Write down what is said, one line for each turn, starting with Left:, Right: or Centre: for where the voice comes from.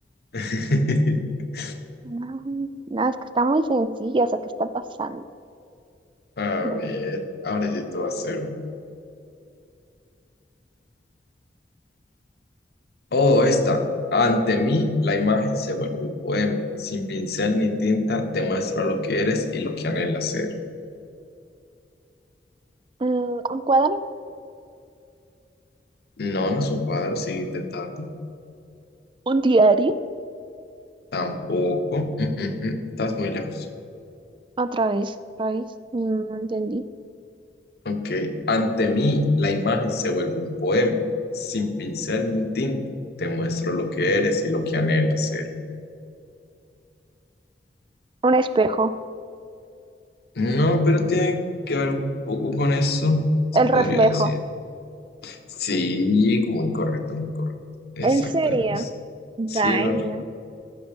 Left: <laughs>
Right: No, no, es que está muy sencilla eso que está pasando.
Left: A
Right: No.
Left: ver. Ahora sí te va a hacer. Oh, esta. Ante mí, la imagen se vuelve un poema. Sin pincel ni tinta, te muestro lo que eres y lo que anhelas ser.
Right: Mm, ¿un cuadro?
Left: No, no es un cuadro, sigue intentando.
Right: ¿Un diario?
Left: Tampoco. Mm, mm, mm. Estás muy lejos.
Right: Otra vez, otra vez. Mm, No entendí.
Left: Ok. Ante mí, la imagen se vuelve un poema. Sin pincel ni tinta, te muestro lo que eres y lo que anhelas ser.
Right: Un espejo,
Left: No, pero tiene que ver un poco con eso, se
Right: el
Left: podría
Right: reflejo.
Left: decir. Sí, muy correcto, muy correcto. Exacto,
Right: ¿En serio?
Left: era eso.
Right: Vaya,
Left: Sí, era al revés.